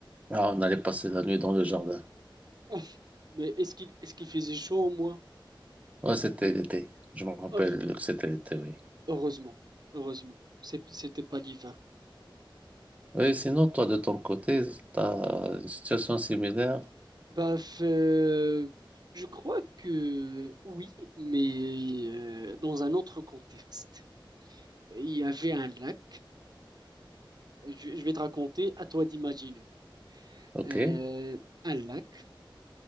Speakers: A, on the right; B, on the right.
A: Ah, on allait passer la nuit dans le jardin.
B: Ouf. Mais est-ce qu'il est-ce qu'il faisait chaud au moins?
A: Ouais, c'était l'été. Je me rappelle
B: Ouf.
A: que c'était l'été, oui.
B: Heureusement, heureusement, C'est- c'était pas l'hiver.
A: Oui, sinon, toi, de ton côté, t'as une situation similaire.
B: Bah, f- euh, je crois que oui, mais euh, dans un autre contexte. Il y avait un lac. Je, je vais te raconter, à toi d'imaginer.
A: OK.
B: Euh, un lac.